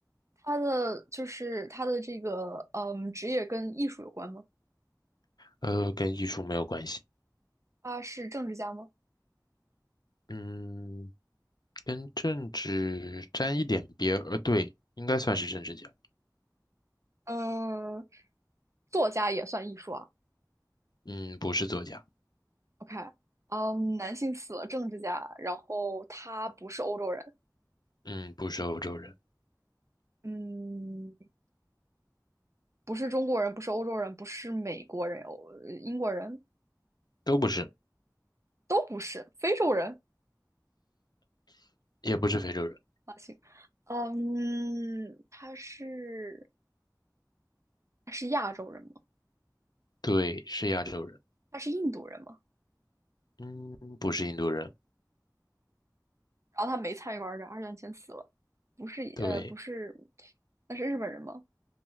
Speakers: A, on the right; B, on the left.
A: 他的就是他的这个嗯职业跟艺术有关吗？
B: 呃，跟艺术没有关系，
A: 他是政治家吗？
B: 嗯，跟政治沾一点边儿，呃，对，应该算是政治家，
A: 嗯，作家也算艺术啊。
B: 嗯，不是作家，
A: OK，嗯，男性死了，政治家，然后他不是欧洲人，
B: 嗯，不是欧洲人，
A: 嗯，不是中国人，不是欧洲人，不是美国人，欧英国人
B: 都不是，
A: 都不是，非洲人
B: 也不是非洲人，
A: 啊，行，嗯，他是他是亚洲人吗？
B: 对，是亚洲人，
A: 他是印度人吗？
B: 嗯，不是印度人，
A: 然后他没参与过二战，二战前死了，不是呃不是，
B: 对，
A: 那是日本人吗？